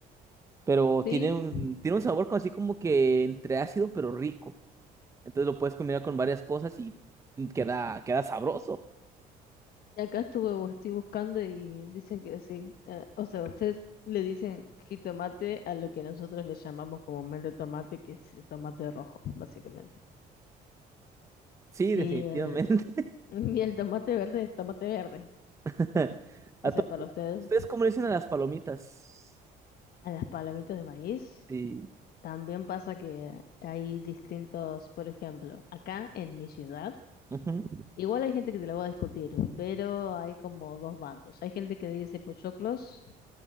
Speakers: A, on the right; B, on the left.
A: pero
B: sí,
A: tiene un, tiene un sabor como así como que entre ácido pero rico. Entonces lo puedes combinar con varias cosas y mm, queda, queda sabroso.
B: acá estuve, estoy buscando y dicen que sí. eh, o sea, ustedes le dicen jitomate a lo que nosotros le llamamos comúnmente tomate, que es el tomate rojo, básicamente.
A: Sí,
B: Y
A: definitivamente.
B: el, <laughs> y el tomate verde es tomate verde.
A: <laughs> ¿A
B: O sea,
A: to-
B: para ustedes,
A: ustedes cómo le dicen a las palomitas?
B: a las palomitas de maíz
A: Sí.
B: también pasa que hay distintos, por ejemplo, acá en mi ciudad,
A: ujú.
B: igual hay gente que te lo va a discutir, pero hay como dos bandos. Hay gente que dice pochoclos.